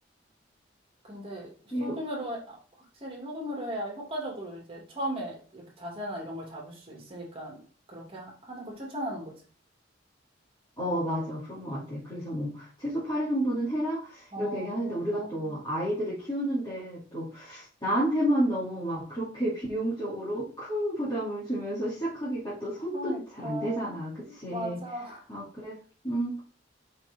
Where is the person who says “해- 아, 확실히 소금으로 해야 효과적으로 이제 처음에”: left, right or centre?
Right